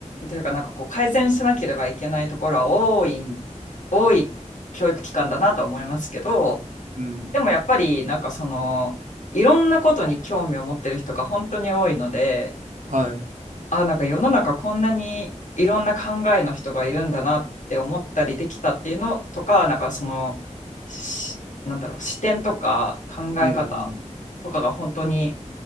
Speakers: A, on the left; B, on the right.
A: というかなんかこう改善しなければいけないところは多いん、多い教育機関だなと思いますけど、
B: うん。
A: でもやっぱりなんかその、いろんなことに興味を持ってる人が本当に多いので、
B: はい。
A: あ、なんか世の中こんなにいろんな考えの人がいるんだなって思ったりできたっていうのとか、なんかその、しなんだろう、視点とか考え方とかが本当に
B: うんうん。